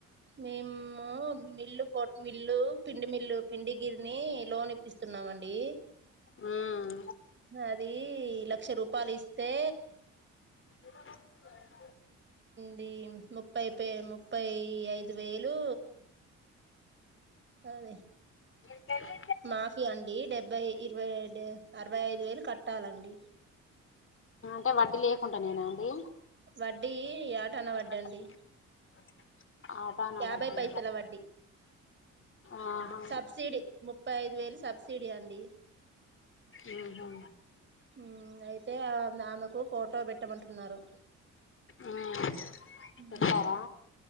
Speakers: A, on the right; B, on the left.
A: మేము మిల్లు పోట్ మిల్లు పిండి మిల్లు పిండిగిరిని లోన్ ఇప్పిస్తున్నామండి
B: ఉమ్
A: అది లక్ష రూపా పలిస్తే
B: <unintelligible>
A: డి ముప్పై పె ముప్పై ఐదు వేయిలు అది
B: మీ కేళి
A: మాఫి అండి డెబ్బై ఇరవై అరవై ఐదు వేయిలు కట్టాలండి
B: అ అంటే వడ్డీ లేకుండ నేనా అండి
A: వడ్డీ యాటన వడ్డీ
B: <inaudible>
A: అండి
B: ఆటాన
A: యాభై
B: వడ్డీ
A: పైసల వడ్డీ
B: అహ
A: సబ్సిడీ ముప్పై ఐదు వేలు సబ్సిడీ అండి
B: ఆహా
A: హు అయితే ఆమెకు ఫోటో పెట్టమంటున్నారు
B: ఉమ్
A: హు
B: చెప్పారా